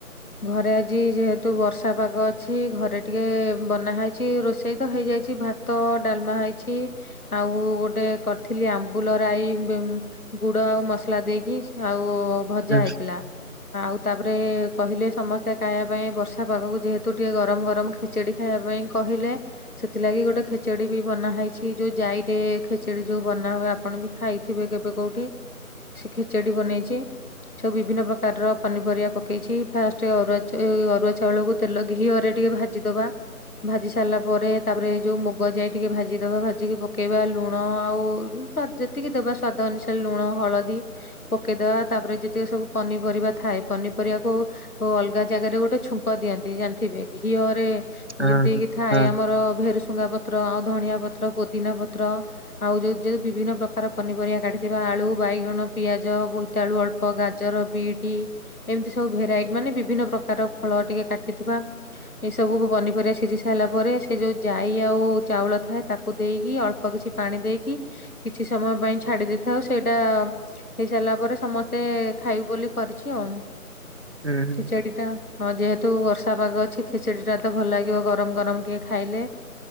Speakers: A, on the left (about 70°); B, on the right (about 50°).
A: ଘରେ ଆଜି ଯେହେତୁ ବର୍ଷା ପାଗ ଅଛି ଘରେ ଟିକେ ବନାହଇଛି ରୋଷେଇ ତ ହେଇଯାଇଛି ଭା ତ ଡାଲମା ହେଇଛି ଆଉ ଗୋଟେ କରିଥିଲି ଆମ୍ବୁଲରାଇ ଗୁଡ ଆଉ ମସଲା ଦେଇକି ଆଉ ଭଜା
B: ହୁଁ
A: ହେଇଥିଲା ଆଉ ତାପରେ କହିଲେ ସମସ୍ତେ ଖାଇବା ପାଇଁ ବର୍ଷା ପାଗକୁ ଯେହେତୁ ଟିକେ ଗରମ ଗରମ ଖେଚେଡି ଖାଇବା ପାଇଁ କହିଲେ ସେଥିଲାଗି ଗୋଟେ ଖେଚେଡି ବି ବନା ହେଇଛି ଯୋଉ ଯାଇ ରେ ଖେଚେଡି ଯୋଉ ବନା ହୁଏ ଆପଣ ବି ଖାଇଥିବେ କେବେ କୋଉଠି?
B: <inaudible>
A: ସେ ଖେଚେଡି ବନେଇଛି ସବୁ ବିଭିନ୍ନ ପ୍ରକାରର ପନିପରିବା ପକେଇଛି। ଫାଷ୍ଟେ ଅରୁଆ ଅରୁଆ ଚାଉଳକୁ ତେଲ ଘିଅରେ ଟିକେ ଭାଜିଦବା। ଭାଜି ସାରିଲା ପରେ ତାପରେ ଯୋଉ ମୁଗ ଯାଇ ଟିକେ ଭାଜିଦବା ଭାଜିକି ପକେଇବା ଲୁଣ ଆଉ ଯେତିକି ଦେବା ସ୍ଵାଦ ଅନୁସାରେ ଲୁଣ ହଳଦୀ ପକେଇଦବା ତାପରେ ଯେତିକି ସବୁ ପନିପରିବା ଥାଏ ପନିପରିବାକୁ ଓ ଅଲଗା ଜାଗାରେ ଗୋଟେ ଛୁଙ୍କ ଦିଅନ୍ତି ଜାଣିଥିବେ ଘିଅରେ?
B: ହଁ
A: ଯେମିତି
B: ହଁ
A: କି ଥାଏ
B: ହଁ
A: ଆମର ଭେରୁସୁଙ୍ଗା ପତ୍ର ଆଉ ଧଣିଆ ପତ୍ର ପୋଦିନା ପତ୍ର ଆଉ ଯୋଉ ଯେଉ ବିଭିନ୍ନ ପ୍ରକାର ପନିପରିବା କାଟିଥିବା ଆଳୁ ବାଇଗଣ ପିଆଜ ତାଳୁ ଅଳ୍ପ ଗାଜର ବିଟ ଏମିତି ସବୁ ଭେରାଇଟି ମାନେ ବିଭିନ୍ନ ପ୍ରକାର ଫଳ ଟିକେ କାଟିଥିବା। ଏସବୁ ପନିପରିବା ସିଝି ସାରିଲା ପରେ ସେ ଯୋଉ ଜାଇ ଆଉ ଚାଉଳ ଥାଏ ତାକୁ ଦେଇକି ଅଳ୍ପ କିଛି ପାଣି ଦେଇକି କିଛି ସମୟ ପାଇଁ ଛାଡି ଦେଇଥାଉ ସେଇଟା ହେଇସାରିଲା ପରେ ସମସ୍ତେ ଖାଇ ବୋଲି କରିଛି ଆଉ
B: ହୁଁ ହୁଁ
A: ଖେଚେଡି ଟା ହଁ ଯେହେତୁ ବର୍ଷା ପାଗ ଅଛି ଖେଚଡି ଟା ତ ଭଲ ଲାଗିବ ଗରମ ଗରମ ଟିକେ ଖାଇଲେ